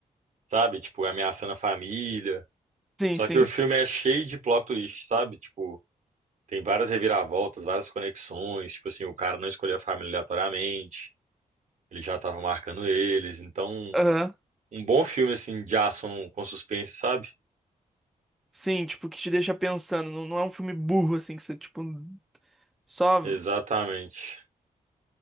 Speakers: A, on the right; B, in the centre.
A: sabe? Tipo, ameaçando a família.
B: Sim,
A: Só
B: sim.
A: que o filme é cheio de plot twist, sabe? Tipo, tem várias reviravoltas, várias conexões. Tipo assim, o cara não escolheu a família aleatoriamente, ele já tava marcando eles. Então,
B: Aham.
A: um bom filme, assim, de ação com suspense, sabe?
B: Sim, tipo, que te deixa pensando. Não, não é um filme burro, assim, que você, tipo, só
A: Exatamente.